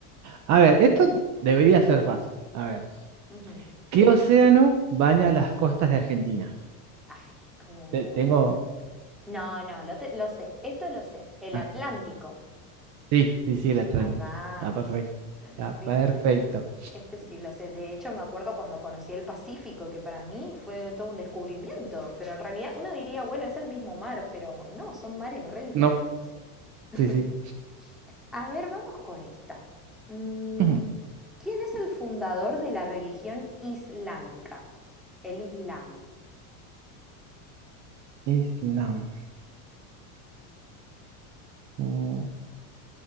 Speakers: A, on the right; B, in the centre.
A: A ver, esto debería ser fácil. A ver,
B: Ujú.
A: ¿qué océano baña las costas de Argentina?
B: Ay, ¿cómo no
A: Te- tengo.
B: voy a hacer? No, no, lo, te- lo sé, esto lo sé. El
A: Ah,
B: Atlántico.
A: sí, sí, sí, el Atlántico.
B: Ahí vas.
A: Está perfecto.
B: <laughs>
A: Está perfecto.
B: Sí, sí, sí. Este sí lo sé. De hecho, me acuerdo cuando conocí el Pacífico, que para mí fue todo un descubrimiento. Pero en realidad uno diría, bueno, es el mismo mar, pero no, son mares re diferentes.
A: No,
B: <laughs>
A: sí, sí.
B: A ver, vamos con esta. Mm,
A: Ujú.
B: ¿Quién es el fundador de la religión islámica? El Islam.
A: Islam. Mm,